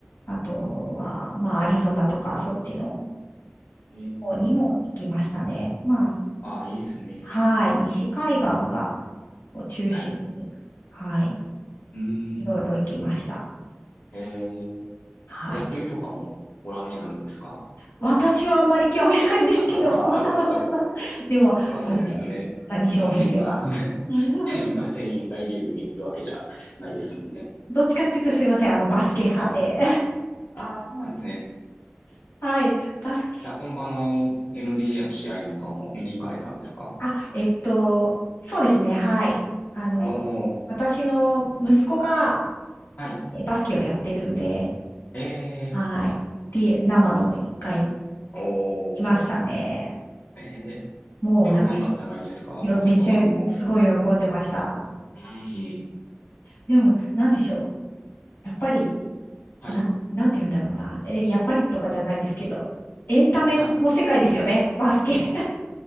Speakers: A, on the left (about 80°); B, on the left (about 50°).
A: あとは、まあ、アリゾナとか、そっちの
B: ええ、
A: 方にも行きましたね。まあ、
B: ああ、いいですね。
A: はい、西海岸がを中心に、
B: はい。
A: はい、
B: うーん、
A: いろいろ行きました。
B: ええ、
A: はい。
B: 野球とかもご覧になるんですか
A: 私はあんまり興味ないんですけど
B: <laughs> ああ、
A: <laughs>
B: <laughs> なるほど、なるほど。
A: でも、
B: まあそうですよね。
A: そうですね。大谷翔平は。
B: 日本人が <laughs>
A: <laughs>
B: 全員が全員大リーグ見るわけじゃないですもんね。
A: どっちかっていうとすいません。あの、バスケ派で。
B: はい。ああ、そうなんですね。
A: <laughs> はい。
B: いや、
A: バス
B: 本場の NBA の試合なんかも見に行かれたんですか
A: あ、えっと、そうですね、はい。あの、
B: おー、
A: 私の息子が
B: はい。
A: えバスケをやってるんで、
B: えー、
A: はい。で、生の一回
B: お
A: いましたね。
B: ー、え
A: もうなんか、
B: ー、喜んだんじゃないですか、
A: よめっちゃすごい喜んでました。
B: 息子さんも。うーん、
A: でも、なんでしょう。やっぱり、
B: はい、
A: なん、なんて言うんだろうな。え、やっぱりとかじゃないですけど、エンタメの世界ですよね、
B: はい。
A: バスケ。<laughs>